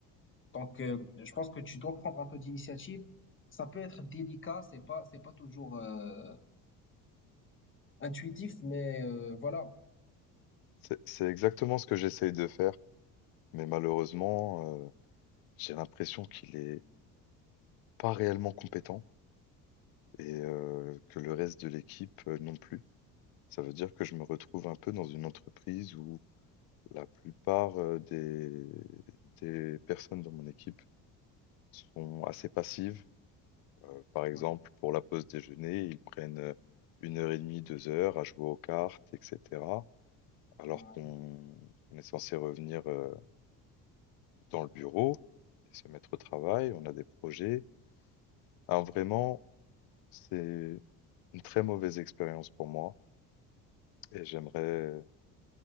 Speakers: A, on the left (about 30°); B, on the left (about 55°).
A: donc euh, je pense que tu dois prendre un peu d'initiative ça peut être délicat c'est pas c'est pas toujours euh, intuitif mais euh, voilà
B: c'est c'est exactement ce que j'essaye de faire, mais malheureusement, heu, j'ai l'impression qu'il est pas réellement compétent et heu, que le reste de l'équipe, heu, non plus. Ça veut dire que je me retrouve un peu dans une entreprise où la plupart, heu, des des personnes de mon équipe sont assez passives Heu, par exemple,
A: ouais,
B: pour la pause déjeuner, ils prennent, heu, 1 heure et demie, 2 heures à jouer aux cartes et cetera. Alors
A: ouais,
B: qu'on qu'on est censé revenir, heu, dans le bureau et se mettre au travail. On a des projets. Alors vraiment, c'est une très mauvaise expérience pour moi et j'aimerais